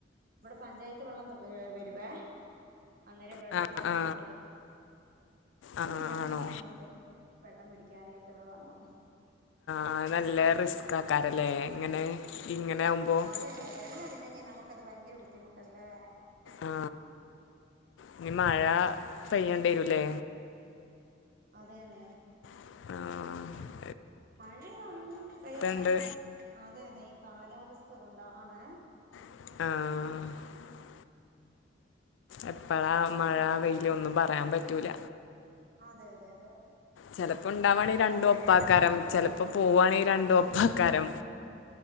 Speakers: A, on the right; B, on the left.
A: ഇവിടെ പഞ്ചായത്ത് വെള്ളം വരുവേ അന്നേരം
B: ആ
A: വെള്ളം തുറന്ന
B: ആ
A: വി ട്ടു.
B: ആ
A: ഞാൻ
B: ആണോ
A: വന്നതേ വെള്ളം പിടിക്കാനായിട്ട് ഇവിടെ വന്നു.
B: ആ നല്ല റിസ്ക് ആക്കാറല്ലേ ഇങ്ങനെ ഇങ്ങനെ ആവുമ്പോൾ
A: അതെയെ അത വെള്ളം ഇല്ലെങ്കി നമുക്കത് ഭയങ്കര ബുദ്ധിമുട്ടല്ലേ.
B: ആ ഇനി മഴ പെയ്യേണ്ടി വരൂല്ലേ?
A: അതെന്നെ.
B: ആഹ.
A: മഴയ പെയ്താലും
B: ഉണ്ട്
A: അതെ നെയ കാലാവസ്ഥ കൊണ്ടാണ്
B: ആഹ എപ്പഴാ മഴ വെയില ഒന്നും പറയാൻ പറ്റൂല.
A: അതെ അതെ അതെ അതെ
B: ചിലപ്പോ ഉണ്ടാവവാണെങ്ക
A: മഴയുടെ
B: രണ്ടും
A: കാര്യം
B: ഒപ്പക്കാരം
A: ഒന്നുംല്ല
B: ചെലപ്പോ പോവുകവാണെങ്ക രണ്ടും ഒപ്പ ക്കാരം